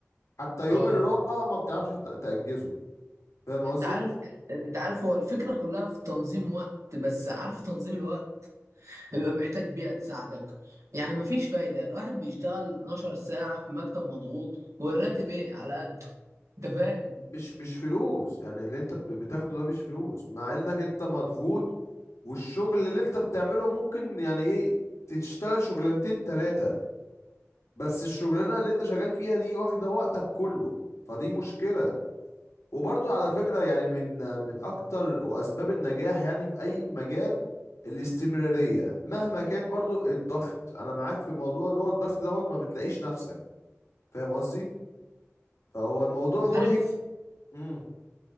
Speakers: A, on the left; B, on the right.
A: حتى يوم
B: اه
A: الراحة ما بتعرفش ت- تأجزه فاهم
B: انت
A: قصدي؟
B: عارف انت عارف هو الفكرة كلها في تنظيم وقت بس عارف تنظيم الوقت بيبقى محتاج بيئة تساعدك يعني مفيش فايدة الواحد بيشتغل 12 ساعة في مكتب مضغوط والراتب
A: م-
B: ايه على قده انت فاهم
A: مش مش فلوس يعني اللي انت بت- بتاخده ده مش فلوس مع انك انت مضغوط والشغل اللي انت بتعمله ممكن يعني ايه تشتغل شغلانتين تلاتة بس الشغلانه اللي انت شغال فيها دي واخده وقتك كله فدي مشكله وبرضو على فكره يعني من من اكتر واسباب النجاح يعني في اي مجال الاستمراريه مهما كان برضو الضغط انا معاك في موضوع اللي هو الضغط دوت ما بتلاقيش نفسك فاهم قصدي فهو الموضوع
B: انت
A: مرهق
B: عارف
A: امم